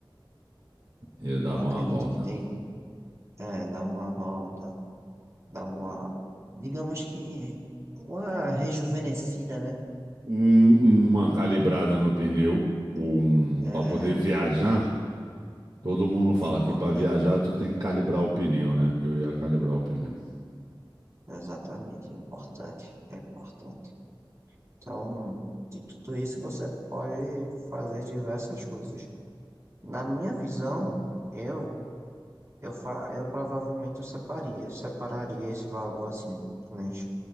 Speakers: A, on the right; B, on the right.
A: Eu dava
B: eu acredito
A: uma volta.
B: que tem, é, dar uma volta, dar uma, digamos que, uma rejuvenescida, né?
A: Um- uma calibrada no pneu, um,
B: É,
A: para poder viajar. Todo mundo fala
B: é importante,
A: que para viajar tu tem que calibrar o pneu, né? Eu ia calibrar o pneu.
B: exatamente, é importante, é importante. Então, de tudo isso você pode fazer diversas coisas. Na minha visão, eu Eu, fa eu provavelmente eu separaria, eu separaria esse valor assim, uns